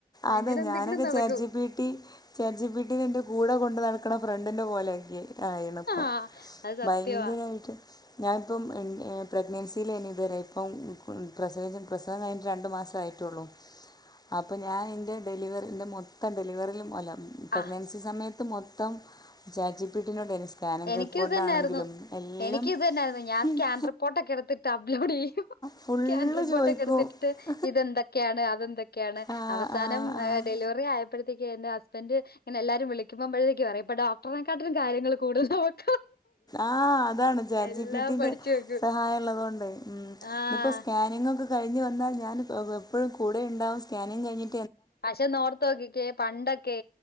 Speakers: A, on the left (about 25°); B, on the left (about 80°).
A: അതെ
B: അങ്ങനെ എന്തെങ്കിലും
A: ഞാനൊക്കെ
B: നടക്കും
A: ചാറ്റ് G P T chat G P ടിനേന്റെ കൂടെ കൊണ്ട് നടക്ക ക്കണ ഫ്രണ്ടിന്റെ പോലെയാക്കി. ആയിണപ്പ
B: ആ, അത് സത്യവാ
A: ഭയങ്കരായിട്ട് ഞാനിപ്പം എൻ്റെ പ്രഗ്നൻസിയിൽ എനി ഇതുവരെ ഇപ്പം പ്രസവിച്ച് പ്രസവം കഴിഞ്ഞട്ട് രണ്ട് മാസം ആയിട്ടുള്ളൂ. അപ്പോ ഞാൻ എന്റെ ഡെലിവറി എന്റെ മൊത്തം ഡെലിവറിയിലും അല്ല പ്രഗ്നൻസി
B: ആ
A: സമയ ത്ത് മൊത്തം ചാറ്റ് ജി പി ടി നോടേ സ്കാനിങ്
B: എനിക്കും
A: റിപ്പോർട്ട്
B: ഇത് തന്നെയായിരുന്നു
A: ആണെങ്കിലും എല്ലാം
B: എനിക്കും ഇത് തന്നെയായിരുന്നു സ്കാൻ
A: ഹും
B: ഞാൻ റിപ്പോർട്ടൊക്കെ എടുത്തിട്ട് അപ്‌ലോഡ് ചെയ്യും.
A: ഫുള്ള്
B: ക്യാൻ റിപ്പോർട്ടൊക്കെ
A: ചോദിക്കും
B: എടുത്തിട്ടിട്ട് ഇതെന്തൊക്കെയാണ് അതെന്തെ ക്കെയാണ്
A: ആഹ്
B: അവസാനം
A: ആഹ് ആഹ്
B: ഡെലിവറി ആയക്ക്‌ പ്പഴത്തേക്ക് എന്റെ ഹസ്ബന്റ് ഇങ്ങന എല്ലാവരും വിളിക്കുമ്പം <unintelligible> പറയും ഇപ്പ ഡോക്ടനെക്കട്ടിലും കാര്യങ്ങള് കൂടുതൽ അവക്ക്
A: ആ അതാണ് ചാറ്റ്
B: എല്ലാം
A: ജി പി ടിന്റെ
B: പഠിച്ചു വെക്കും
A: സഹായള്ളത് കൊണ്ടേ. ഉം
B: ആഹ്
A: ഇനിപ്പോ സ്കാനിങ് ഒക്കെ കഴിഞ്ഞ് വന്നാ ഞാൻ വ് എപ്പഴും കൂടെ ഉണ്ടാകും. സ്‌കാനിങ് കഴിഞ്ഞി
B: പക്ഷേ ഒന്നോർത്തോക്കിക്കേ പണ്ടൊക്കെ